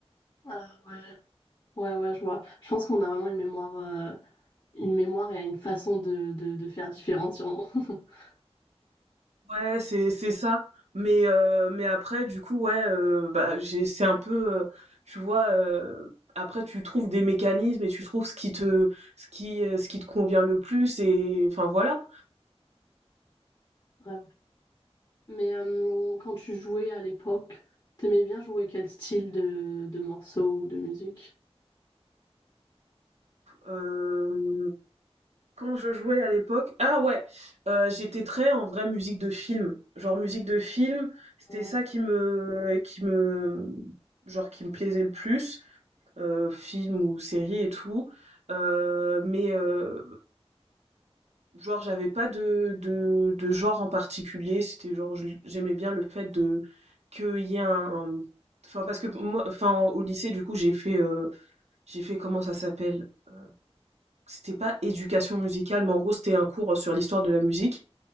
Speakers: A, on the left; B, on the right.
A: Ah, ouais. Ouais, ouais, je vois. Je pense qu'on a vraiment une mémoire, euh, une mémoire et une façon de, de, de faire différente, sûrement. <laughs>
B: Ouais, c'est c'est ça. Mais euh, mais après, du coup, ouais, euh, bah j'ai c'est un peu, euh, tu vois. euh, après, tu trouves des mécanismes et tu trouves ce qui te ce qui euh, ce qui te convient le plus et enfin voilà.
A: Ouais. Mais euh, quand tu jouais à l'époque, t'aimais bien jouer quel style de, de morceaux ou de musique?
B: Euh, Quand je jouais à l'époque, ah ouais, heu, j'étais très en vrai musique de film. Genre musique de film, c'était
A: Ouais.
B: ça qui me qui me genre qui me plaisait le plus, heu, film ou série et tout. Heu, mais, heu, genre j'avais pas de de de genre en particulier, c'était genre je j'aimais bien le fait de qu'il y ait un un enfin parce que moi enfin au lycée du coup j'ai fait, heu, j'ai fait comment ça s'appelle? Heu, c'était pas éducation musicale, mais en gros c'était un cours sur l'histoire de la musique